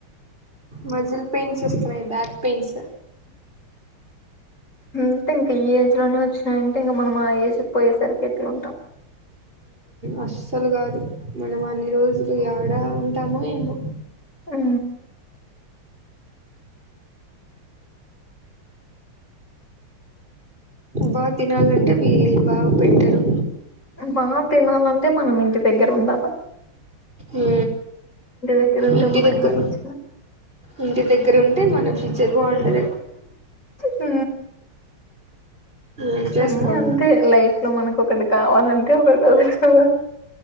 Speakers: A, on the right; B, on the left.
A: మజిల్ పెయిన్స్ వస్తున్నాయి బ్యాక్ పెయిన్స్
B: అంటే ఇంకా ఈ ఏజ్ లోనే వచ్చినాయంటే ఇంకా మనం ఆ ఏజ్ పోయేసరికి ఎట్లా ఉంటాం
A: అస్సలు కాదు మనం అన్ని రోజులు ఏడా ఉంటామో ఏమో
B: హు
A: బాగా తినాలంటే వీళ్ళు బాగా పెట్టరు
B: బాగా తినాలంటే మనం ఇంటి దగ్గర ఉందామా
A: ఉ
B: దగ్గర ఉంటే
A: ఇంటి
B: మనకు
A: దగ్గర
B: నచ్చిన
A: ఇంటి దగ్గర ఉంటే మన ఫ్యూచర్ బాగుండదు
B: ఉ
A: ఏం చేస్తాం
B: అ అంతే లైఫ్ లో మనకు ఒకటి కావాలంటే ఒకటి వదులుకోవాలి